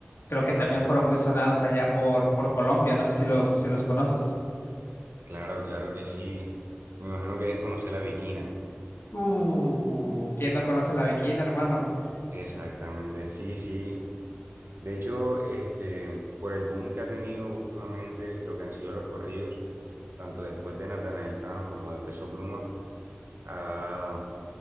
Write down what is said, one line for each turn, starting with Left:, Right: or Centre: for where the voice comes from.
Left: creo que también fueron muy sonados allá por, por Colombia, no sé si los, si los conoces.
Right: Claro, claro que sí. Me imagino que debes conocer la Bikina.
Left: Uh, ¿quién no conoce la Bikini, hermano?
Right: Exactamente, sí, sí. De hecho, este, por el boom que ha tenido últimamente lo que han sido los corridos, tanto después de Natanael Cano como de Peso Pluma, ha,